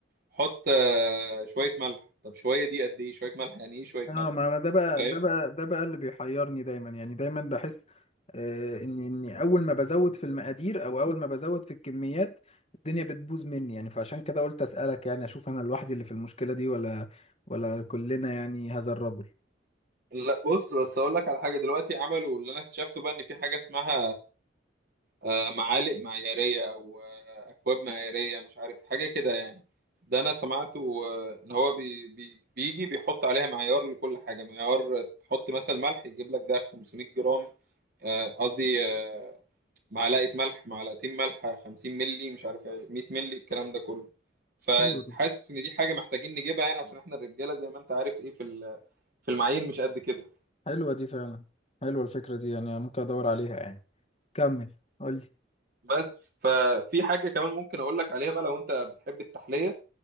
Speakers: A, on the right; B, on the left.
A: حط آه شويه ملح طب شويه دي قد ايه شويه ملح يعني ايه شويه
B: اه ما
A: ملح
B: ما ده بقى
A: فاهم
B: ده بقى ده بقى اللي بيحيرني دايما يعني دايما بحس آه اني اني اول ما بزود في المقادير او اول ما بزود في الكميات الدنيا بتبوظ مني يعني فعشان كده قلت اسالك يعني اشوف انا لوحدي اللي في المشكله دي ولا ولا كلنا يعني هذا الرجل
A: لا بص بس اقول لك على حاجه دلوقتي عملوا اللي انا اكتشفته بقى ان في حاجه اسمها آه، معالق معيارية أو آه، أكواب معيارية مش عارف حاجة كده يعني ده أنا سمعته آه، إن هو بي بي بيجي بيحط عليها معيار لكل حاجة معيار تحط مثلا ملح يجيب لك ده 500 جرام آه، قصدي آه، معلقة ملح معلقتين ملح 50 ملي مش عارف إيه، 100 ملي الكلام ده كله فحاسس
B: حلو ده.
A: إن دي حاجة محتاجين نجيبها يعني عشان إحنا الرجالة زي ما أنت عارف إيه في ال- في المعايير مش قد كده
B: حلوه دي فعلا حلوه الفكره دي يعني ممكن ادور عليها يعني كمل قول لي
A: بس ففي حاجة كمان ممكن أقول لك عليها بقى لو أنت بتحب التحلية